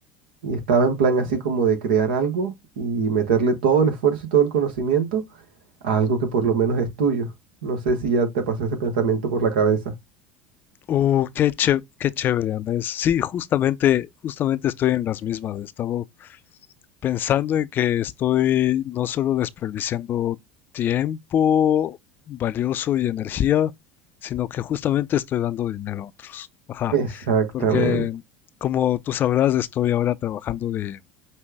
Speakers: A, on the right (about 70°); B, on the left (about 40°).
A: y estaba en plan así como de crear algo y meterle todo el esfuerzo y todo el conocimiento a algo que por lo menos es tuyo. No sé si ya te pasó ese pensamiento por la cabeza.
B: Uh, qué ché- qué chévere, Andrés. Sí, justamente, justamente estoy en las mismas. He estado pensando en que estoy no solo desperdiciando tiempo valioso y energía, sino que justamente estoy dando dinero a otro. Ajá.
A: Exactamente.
B: Porque, como tú sabrás, estoy ahora trabajando de,